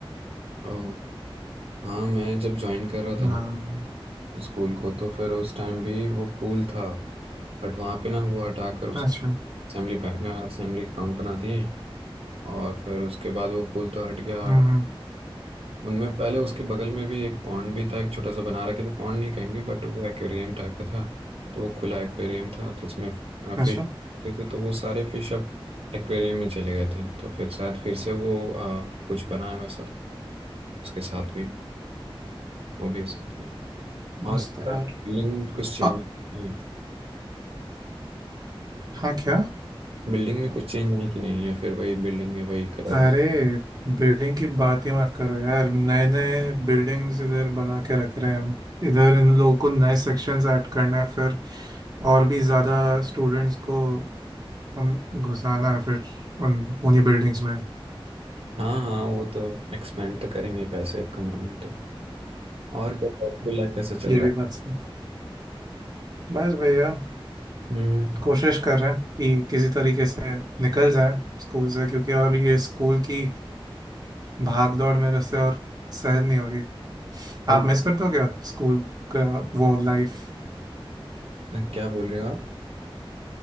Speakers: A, on the right; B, on the right.
A: ओ, हाँ मैं जब ज्वाइन कर रहा
B: हाँ
A: था ना स्कूल को तो फिर उस टाइम भी वो पूल था बट वहाँ पे ना वो हटाकर उसको
B: अच्छा
A: असेंबली असेंबली ग्राउंड बना दिए और फिर उसके बाद वो पुल तो हट गया
B: हम्म हम्म।
A: उनमें पहले उसके बगल में भी एक पॉन्ड भी था एक छोटा सा बना रखे थे पॉन्ड नहीं कहेंगे बट वो एक्वेरियम टाइप का था तो वो खुला एक्वेरियम था तो उसमें फिश
B: अच्छा
A: रहते थे तो वो सारे फिश अब एक्वेरियम में चले गए थे तो फिर शायद फिर से वो अ, कुछ बनाए वैसा उसके साथ भी वो भी हो सकता है
B: मस्त
A: और
B: है यार
A: बिल्डिंग कुछ चेंज
B: आ,
A: की
B: हाँ क्या
A: बिल्डिंग में कुछ चेंज आए कि नहीं या फिर वही बिल्डिंग है वही कलर
B: अरे बिल्डिंग की बात ही मत करो यार नए नए बिल्डिंग्स इधर बना के रख रहे हैं इधर इन लोगों को नए सेक्शंस ऐड करना है फिर और भी ज़्यादा स्टूडेंट्स को उम, घुसाना है फिर उन उन्हीं बिल्डिंग्स में <laughs>
A: हाँ हाँ वो तो एक्सपेंड तो करेंगे ही पैसे अब कमाने हैं तो और क्या स्कूल लाइफ कैसा चल
B: ये
A: रहा
B: भी बात सही बस भैया
A: है हम्म
B: कोशिश कर रहे हैं कि किसी तरीके से निकल जाए स्कूल से क्योंकि और ये स्कूल की भाग दौड़ मेरे से और सहन नहीं होगी
A: अभी
B: आप मिस करते हो क्या स्कूल का वो लाइफ
A: अ, क्या बोल रहे हो आप